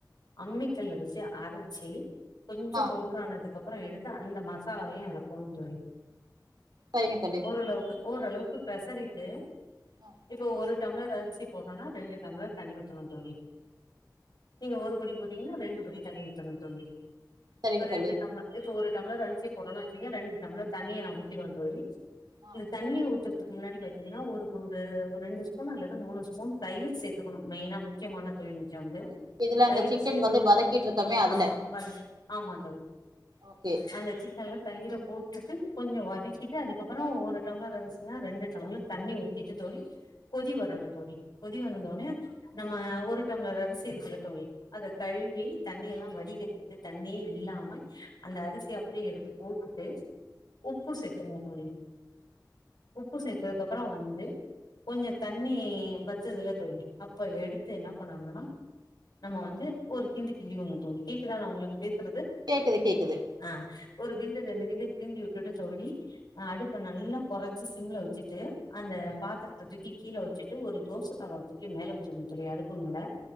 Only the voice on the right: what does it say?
ஆ
சரிங்க தோழி
ஆ
சரிங்க
தோழி
ஆ
இதுல
அந்த சிக்கன்
வந்து வதக்கிட்ருக்கமே அதுல
ஓகே
கேக்குது கேக்குது
ம்
ம்